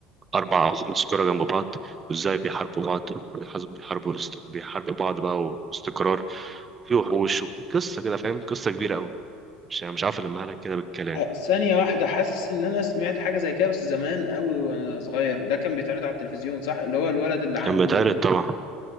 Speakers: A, on the right; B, on the left.
A: أربع أو خمس كرة جنب بعض وازاي بيحاربوا بعض وبيحز- بيحاربوا الاست- بيحاربوا بعض بقى و- واستقرار في وحوش قصة كده فاهم قصة كبيرة أوي مش يعني، مش عارف ألمها لك كده بالكلام
B: أه، ثانية واحدة حاسس إن أنا سمعت حاجة زي كده بس زمان أوي وأنا صغير ده كان بيتعرض على التلفزيون صح اللي هو الولد اللي عنده
A: كان بيتعرض طبعا